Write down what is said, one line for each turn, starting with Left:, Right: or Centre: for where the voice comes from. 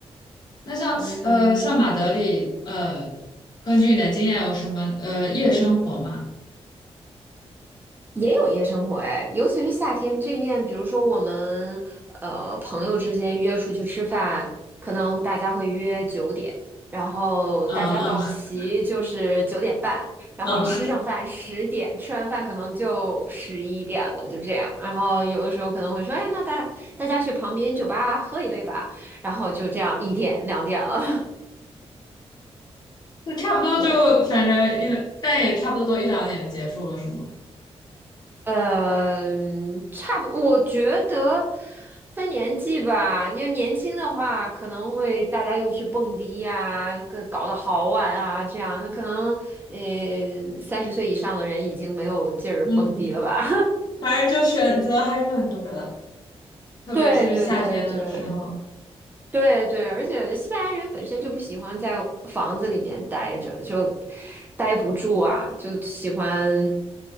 Left: 那像呃像马德里，
Right: 嗯。
Left: 呃，根据你的经验有什么呃夜生活吗？
Right: 也有夜生活哎，尤其是夏天这面，比如说我们呃朋友之间约出去吃饭，可能大家会约九点，然后大家到齐就是九点半，
Left: 啊啊
Right: 然后吃上饭十点，
Left: 啊！
Right: 吃完饭可能就十一点了，就这样。然后有的时候可能会说，哎，那大大家去旁边酒吧喝一杯吧，然后就这样一点两点了。
Left: 就差不多就反正一，
Right: <laughs> 对，
Left: 但也差不多都一两点结束了，是吗？
Right: 嗯，呃差不，我觉得分年纪吧。你要年轻的话，可能会大家又去蹦迪呀、个搞得好晚啊，这样。那可能，呃，三十岁以上的人已经没有劲儿蹦迪了吧？
Left: 嗯，反正就选择还是很多的。
Right: <laughs>
Left: 特别是夏天的时候，
Right: 对对对对，对对，而且西班牙人本身就不喜欢在房子里面待着，就待不住啊，就喜欢